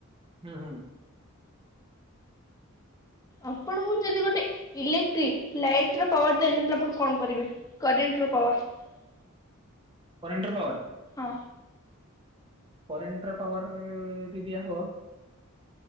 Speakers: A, on the right (about 25°); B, on the left (about 15°).
A: ହୁଁ ହୁଁ।
B: ଆପଣଙ୍କୁ ଯଦି ଗୋଟେ ଇଲେକ୍ଟ୍ରିକ ଲାଇଟର ପାୱାର ଦିଆଯଏ ତାହାଲେ ଆପଣ କଣ କରିବେ କରେଣ୍ଟର ପାୱାର <unintelligible>
A: କରେଣ୍ଟର ପାୱାର।
B: ହଁ।
A: କରେଣ୍ଟର ପୱାର ଯଦି ଦିଆ ହବ।